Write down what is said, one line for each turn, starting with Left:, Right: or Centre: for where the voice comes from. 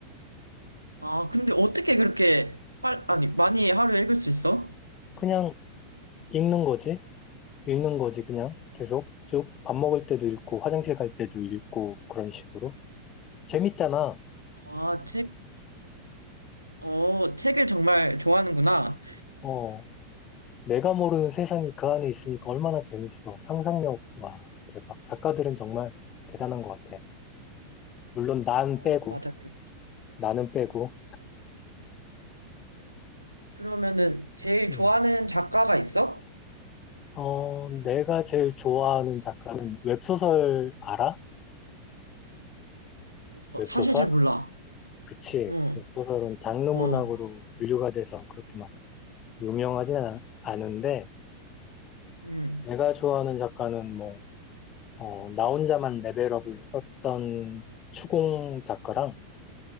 Right: 아, 근데 어떻게 그렇게 빨, 아니, 많이 하루에 읽을 수 있어?
Left: 그냥 읽는 거지. 읽는 거지, 그냥. 계속 쭉 밥 먹을 때도 읽고, 화장실 갈 때도 읽고, 그런 식으로. 재밌잖아.
Right: 아, 책, 어, 책을 정말 좋아하는구나.
Left: 어, 내가 모르는 세상이 그 안에 있으니까 얼마나 재밌어. 상상력, 와, 대박. 작가들은 정말 대단한 것 같아. 물론 난
Right: 어,
Left: 빼고,
Right: 맞아, 그렇
Left: 나는 빼고.
Right: 그러면은 제일
Left: 음.
Right: 좋아하는 작가가 있어?
Left: 어, 내가 제일 좋아하는 작가는 웹소설 알아?
Right: 어,
Left: 웹소설?
Right: 사실 잘 몰라.
Left: 그치.
Right: 응,
Left: 웹소설은 장르 문학으로
Right: 응,
Left: 분류가 돼서 그렇게 막 유명하진 않- 않은데,
Right: 응.
Left: 내가 좋아하는 작가는 뭐, 어, 나 혼자만 레벨업을 썼던 추공 작가랑,